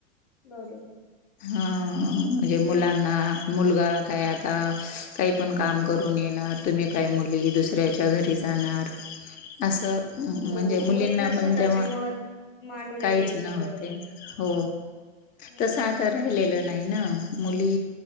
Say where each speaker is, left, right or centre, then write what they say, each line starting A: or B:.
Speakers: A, on the left; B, on the left.
A: बरोबर.
B: हा म्हणजे मुलांना मुलगा काय आता. काही पण काम करून येणार. तुम्ही काय मुली दुसऱ्याच्या घरी जाणार असं
A: हो
B: म्हणजे मुलींना पण
A: स्वतःचे
B: तेव्हा
A: मत मांडू नाही
B: काहीच
A: द्यायचे
B: नव्हते.
A: बरोबर
B: हो
A: हो
B: तसं आता राहिलेलं नाही ना मुली